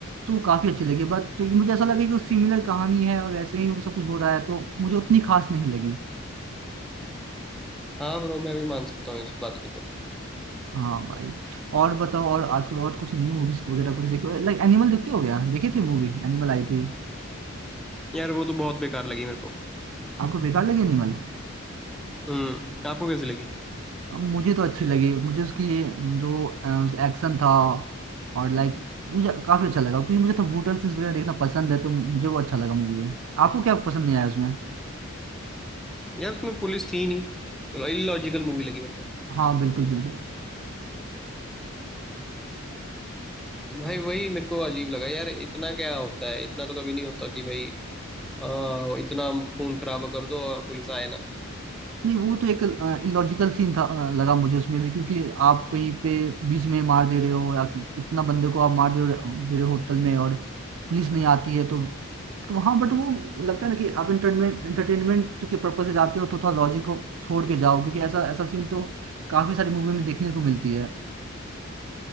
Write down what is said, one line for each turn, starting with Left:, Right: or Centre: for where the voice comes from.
Right: तो काफी अच्छी लगी बट तो ये मुझे ऐसा लगा कि सिमिलर कहानी है और वैसे ही वो सब कुछ हो रहा है तो मुझे उतनी खास नहीं लगी
Centre: हाँ ब्रो मैं भी मान सकता हूँ इस बात को तो
Right: हाँ भाई और बताओ और आजकल और कुछ न्यू मूवीज वगैरह कुछ देखो लाइक एनिमल देखते हो क्या देखी थी मूवी एनिमल आई थी
Centre: यार वो तो बहुत बेकार लगी मेरे को
Right: आपको बेकार लगी एनिमल
Centre: हम्म आपको कैसी लगी
Right: मुझे तो अच्छी लगी मुझे उसकी ये, जो एक्शन था और लाइक मुझे काफी अच्छा लगा क्योंकि मुझे तो ब्रूटल सीन्स वगैरह देखना पसंद है तो मुझे वो अच्छा लगा मूवी वो आपको क्या पसंद नहीं आया उसमें
Centre: यार उसमें पुलिस थी ही नहीं इलॉजिकल मूवी लगी मेरे को
Right: हाँ बिल्कुल बिल्कुल
Centre: तो भाई वही मेरे को अजीब लगा यार इतना क्या होता है इतना तो कभी नहीं होता कि भाई अ, इतना खून खराबा कर दो और पुलिस आए ना
Right: नहीं वो तो एक इलॉजिकल सीन था अ, लगा मुझे उसमें भी क्योंकि आप कहीं पे बीच में मार दे रहे हो या कि इतना बंदे को आप मार दे रहे दे रहे हो होटल में और पुलिस नहीं आती है तो तो हाँ बट वो लगता है ना कि आप इंटरटेनमेंट इंटरटेनमेंट के पर्पज से जाते हो तो थोड़ा लॉजिक को छोड़ के जाओ क्योंकि ऐसा ऐसा सीन तो काफी सारी मूवी में देखने को मिलती है